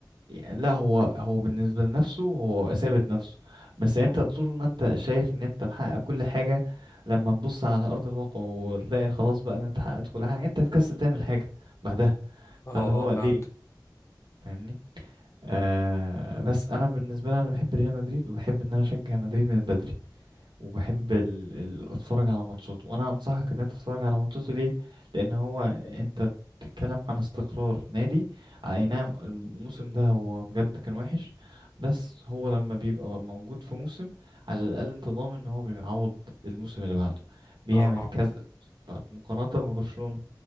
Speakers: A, on the right; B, on the left.
A: لا هو هو بالنسبة لنفسه هو ثابت نفسه بس
B: اه
A: انت طول ما انت شايف ان انت محقق كل حاجة لما تبص على ارض الواقع وتلاقي خلاص بقى ان انت حققت كل حاجة انت تكسل تعمل حاجة بعدها
B: اه
A: فاللي هو
B: فهمت
A: ليه فاهمني آه بس انا بالنسبه لي انا بحب ريال مدريد وبحب ان انا اشجع مدريد من بدري وبحب ال... ال... اتفرج على ماتشاته وانا انصحك ان انت تتفرج على ماتشاته ليه لان هو انت بتتكلم عن استقرار نادي آه، اي نعم الموسم ده هو بجد كان وحش بس هو لما بيبقى موجود في موسم على الاقل انت ضامن ان هو بيعوض الموسم اللي بعده بيعمل
B: اه اه
A: كذا الموسم اللي بعده مقارنه ببرشلونه